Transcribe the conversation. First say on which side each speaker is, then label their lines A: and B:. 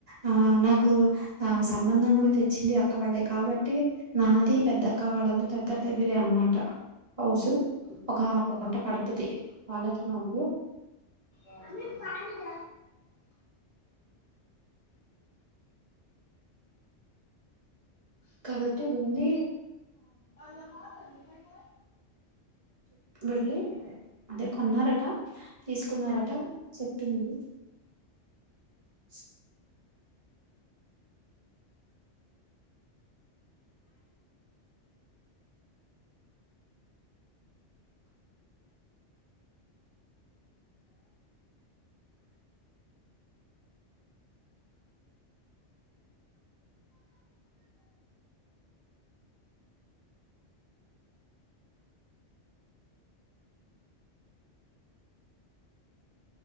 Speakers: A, on the right; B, on the left.
A: ఆ నాకు ఆ సంబంధం కూడా తెచ్చింది అక్క వాళ్లే కాబట్టి నాది పెద్దక్క వాళ్ళ దగ్గర దగ్గరే అన్నమాట హౌస్ ఒక అర్ధ గంట పడుతుది వాళ్ళకి మకు
B: మమ్మీ పలిడ
A: కాబటి భూంది
B: అ కున కుంది కై కై
A: వెళ్ళి అదే కొన్నారట తీసుకున్నారట చెప్పింది <unintelligible>